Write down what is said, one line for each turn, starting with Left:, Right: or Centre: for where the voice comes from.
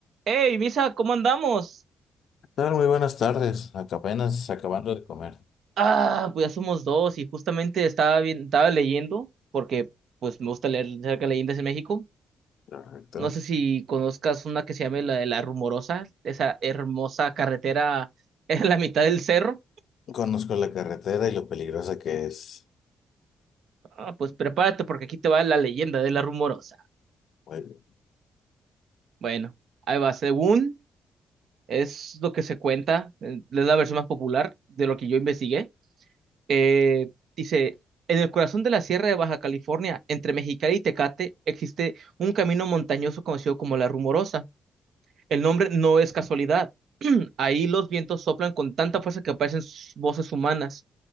Right: Hey, Misa, ¿cómo andamos?
Left: Tal? Muy buenas tardes. Acá Apenas acabando de comer.
Right: Ah, pues ya somos dos y justamente estaba bien, estaba leyendo porque pues me gusta leer acerca de leyendas de México.
Left: Correcto.
Right: No sé si conozcas una que se llama la de la Rumorosa, esa hermosa carretera <laughs> en la mitad del cerro.
Left: Conozco la carretera y lo peligrosa que es.
Right: Ah, pues prepárate porque aquí te va la leyenda de la Rumorosa.
Left: Muy bien.
Right: Bueno, ahí va. Según es lo que se cuenta, eh, es la versión más popular de lo que yo investigué. Eh, dice, en el corazón de la Sierra de Baja California, entre Mexicali y Tecate, existe un camino montañoso conocido como La Rumorosa. El nombre no es casualidad. <clears throat> Ahí los vientos soplan con tanta fuerza que parecen s- voces humanas.